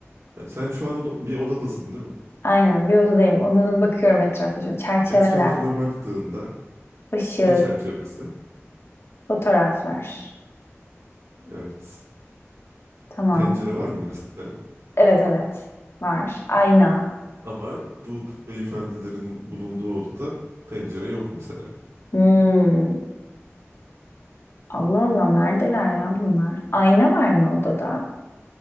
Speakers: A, on the right; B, on the left.
A: Yani sen şu an oda- bir odadasın değil mi?
B: Aynen bir odadayım. Odada bakıyorum etrafa. Şöyle çerçeveler,
A: Etrafına baktığında
B: ışık,
A: ne çerçevesi?
B: fotoğraflar.
A: Evet.
B: Tamam.
A: Pencere var mı mesela?
B: Evet evet var. Ayna.
A: Ama bu beyefendilerin bulunduğu odada pencere yok mesela.
B: Hmm. Allah Allah neredeler ya bunlar? Ayna var mı odada?